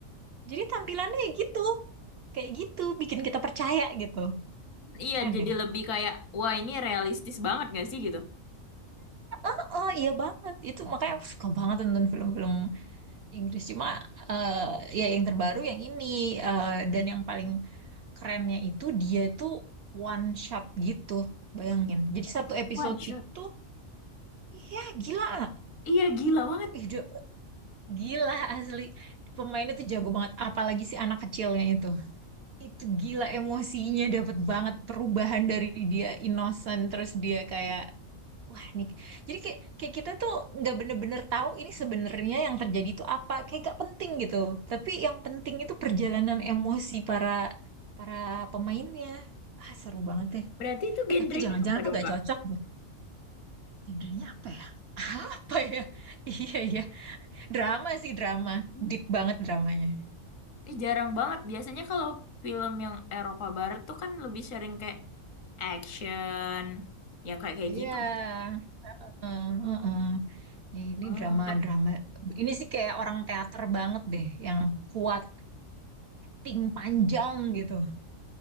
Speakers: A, on the right (about 65°); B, on the left (about 70°).
A: Jadi tampilannya ya gitu, kayak gitu bikin kita percaya gitu.
B: Iya,
A: Keren
B: jadi
A: deh.
B: lebih kayak, wah ini realistis banget gak sih gitu?
A: ah Oh iya banget itu makanya aku suka banget nonton film-film Inggris cuma eh, ya yang terbaru yang ini eh, dan yang paling kerennya itu dia itu one shot gitu bayangin jadi satu episode
B: One shot.
A: itu ya gila
B: Iya gila banget.
A: Ih, Jo- gila asli pemainnya tuh jago banget apalagi si anak kecilnya itu itu gila emosinya dapat banget perubahan dari dia innocent terus dia kayak Wah, nih. Jadi kayak, kayak kita tuh nggak bener-bener tahu ini sebenarnya yang terjadi itu apa. Kayak nggak penting gitu. Tapi yang penting itu perjalanan emosi para para pemainnya. Ah, seru banget ya.
B: Berarti itu genrenya
A: Eh, tapi jangan-jangan
B: apa
A: tuh
B: dong
A: nggak
B: Kak?
A: cocok deh. Genrenya apa ya? <laughs> Apa ya? Iya, iya. Drama sih, drama.
B: Hmm.
A: Deep banget dramanya.
B: Eh jarang banget. Biasanya kalau film yang Eropa Barat tuh kan lebih sering kayak action, yang kayak kayak
A: Iya.
B: gitu nggak?
A: Heeh, heeh. Ini
B: Oh,
A: drama-drama.
B: tapi
A: Ini sih kayak orang teater banget deh. Yang kuat, ting panjang gitu.